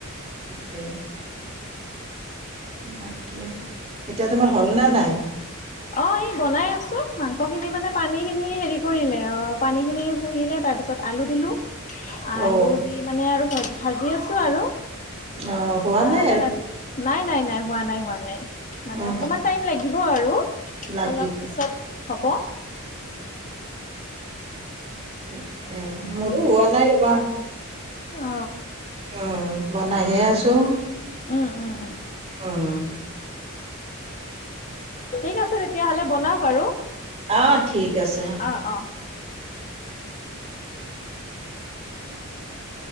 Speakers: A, on the right; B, on the left.
A: তাকে তাকে। এতিয়া তোমাৰ হ'ল নে নাই
B: অ অ ই বনাই আছো মাংস খিনি মানে পানী খিনি হেৰি কৰিলে অ পানী খিনি শুহিলে তাৰ পিছত আলু দিলো। আলু
A: অ
B: দি মানে আৰু ভ ভাজি আছোঁ আৰু
A: অ
B: ভজা
A: হোৱা নাই
B: হ'লে
A: আৰু
B: তাৰপিছত নাই নাই নাই হোৱা নাই হোৱা নাই মানে
A: উম
B: অকমান টাইম লাগিব আৰু
A: উম লাগিব
B: অলপ পিছত হ'ব।
A: সেইটোৱে মোৰো হোৱা নাই ৰবা।
B: অ।
A: উম বনাইহে আছোঁ।
B: উম উম উম।
A: উম।
B: ঠিক আছে তেতিয়াহলে বনাওক আৰু
A: অহ ঠিক আছে।
B: অ অ
A: <inaudible>